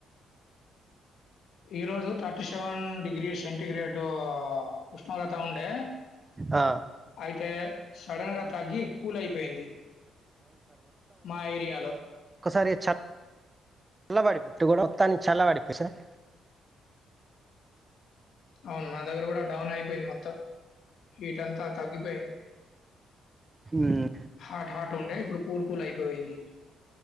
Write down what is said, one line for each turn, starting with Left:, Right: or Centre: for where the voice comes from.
Left: ఈ రోజు థర్టీ సెవెన్ డిగ్రీ సెంటిగ్రేడ్ ఉష్ణోగ్రత ఉండే
Right: ఆ,
Left: అయితే సడన్ గా తగ్గి కూల్ అయిపోయింది మా ఏరియాలో
Right: ఒకసారి చ చాలా పడిపోట్టు కూడా మొత్తానికి చల్లా పడిపో సార్
Left: అవును మా దగ్గర కూడా డౌన్ అయిపోయింది మొత్తం హీట్ అంతా తగ్గిపోయింది
Right: మ్మ్.
Left: హాట్ హాట్ ఉండే ఇప్పుడు కూల్ కూల్ అయిపోయింది